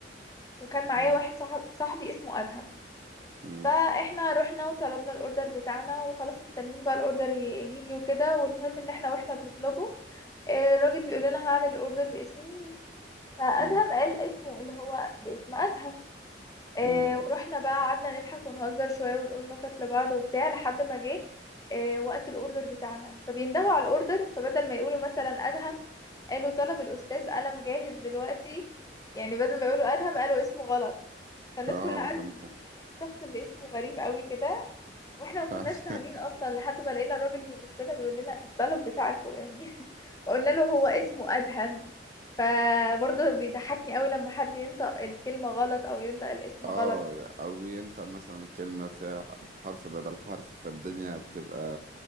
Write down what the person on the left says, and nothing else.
وكان معايا
واحد صاحب صاحبي اسمه أدهم
فاحنا رحنا وطلبنا الاوردر بتاعنا وخلاص مستنيين بقى الاوردر ي- يجي وكده والمهم ان احنا واحنا بنطلبه آه، الراجل بيقول لنا هعمل الاوردر باسم مين فأدهم
قال اسمه اللي هو باسم أدهم آه،
ورحنا بقى قعدنا نضحك ونهزر شوية ونقول نكت لبعض وبتاع لحد ما جه آه، وقت الاوردر بتاعنا فبيندهوا على الاوردر فبدل ما يقولوا مثلا أدهم قالوا طلب الأستاذ قلم جاهز دلوقتي يعني بدل ما يقولوا أدهم قالوا اسمه غلط فالناس
كلها قعدت
تبص مين الشخص اللي اسمه غريب قوي كده واحنا ما
كناش
فاهمين اصلا لحد ما لقينا الراجل بيبص لنا بيقول لنا الطلب بتاعكم يعني <laughs> فقلنا له هو اسمه أدهم فبرضه بيضحكني قوي لما حد ينطق الكلمة غلط او ينطق الاسم
غلط